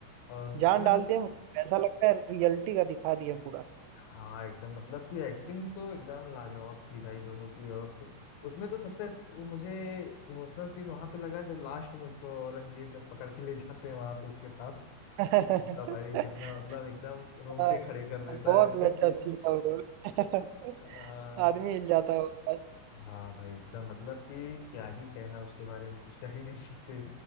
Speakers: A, on the left; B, on the right.
A: और
B: जान
A: उसमें
B: डाल
A: तो
B: दिए ऐसा लगता है रियलिटी का दिखा दिया पूरा
A: हाँ एकदम मतलब कि एक्टिंग तो एकदम लाजवाब थी भाई दोनों की और तो- उसमें तो सबसे वो मुझे इमोशनल सीन वहां पे लगा जब लास्ट में उसको औरंगजेब जब पकड़ के ले जाते हैं वहां पे उसके पास
B: <laughs>
A: उनका भाई कितना मतलब एकदम रोंगटे
B: हाँ,
A: खड़े कर देता
B: बहुत
A: है वो
B: ही
A: तो
B: अच्छा
A: सीन
B: सीन था वो रोल <laughs>
A: आ,
B: आदमी हिल जाता है उसके बाद।
A: हाँ भाई एकदम मतलब कि क्या ही कहना उसके बारे में कुछ कह ही नहीं सकते